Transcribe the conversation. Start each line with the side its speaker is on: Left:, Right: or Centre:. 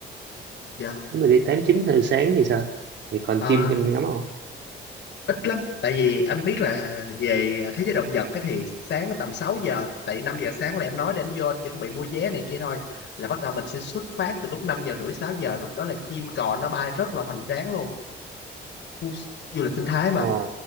Left: Dạ.
Right: nếu mà đi tám chín giờ sáng thì sao thì còn
Left: À,
Right: chim cho mình ngắm không
Left: ít lắm tại vì anh biết là về thế giới động vật cái thì sáng tầm sáu giờ tại 5 giờ sáng là em nói để anh vô anh chuẩn bị mua vé này kia thôi là bắt đầu mình sẽ xuất phát từ lúc năm giờ rưỡi 6 giờ lúc đó là chim cò nó bay rất là hoành tráng luôn khu du lịch sinh thái mà
Right: ồ